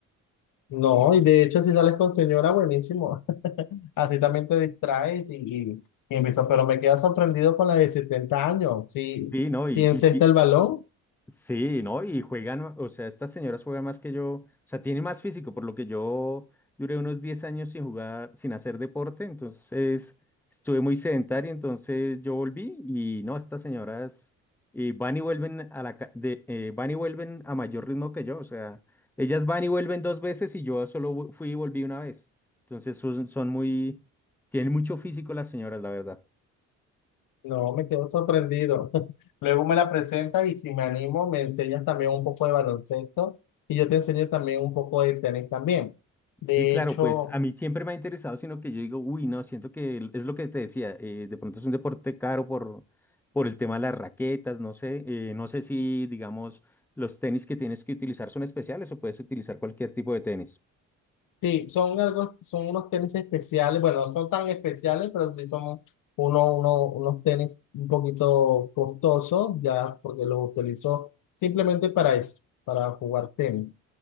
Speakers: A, on the left (about 55°); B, in the centre.
A: No, y de hecho si sales con señora, buenísimo. Así también te distraes y, y, y empiezas, pero me quedo sorprendido con la de 70 años. Si,
B: Sí, ¿no?
A: si
B: Y,
A: encesta
B: y, ti-
A: el balón,
B: sí, ¿no? Y juegan, o sea, estas señoras juegan más que yo, o sea, tienen más físico, por lo que yo duré unos 10 años sin jugar, sin hacer deporte, entonces estuve muy sedentario, entonces yo volví y no, estas señoras eh, van y vuelven a la, ca- de, eh, van y vuelven a mayor ritmo que yo, o sea, ellas van y vuelven dos veces y yo solo vo- fui y volví una vez. Entonces son, son muy, tienen mucho físico las señoras, la verdad.
A: no, me quedo sorprendido. <laughs> Luego me la presentas y si me animo, me enseñas también un poco de baloncesto y yo te enseño también un poco de tenis también. De
B: Sí, claro,
A: hecho,
B: pues a mí siempre me ha interesado, sino que yo digo, uy, no, siento que el- es lo que te decía, eh, de pronto es un deporte caro por, por el tema de las raquetas, no sé, eh, no sé si, digamos, los tenis que tienes que utilizar son especiales o puedes utilizar cualquier tipo de tenis.
A: Sí, son algo, son unos tenis especiales, bueno, no son tan especiales, pero sí son uno, uno, unos tenis un poquito costosos, ya porque los utilizo simplemente para eso, para jugar tenis.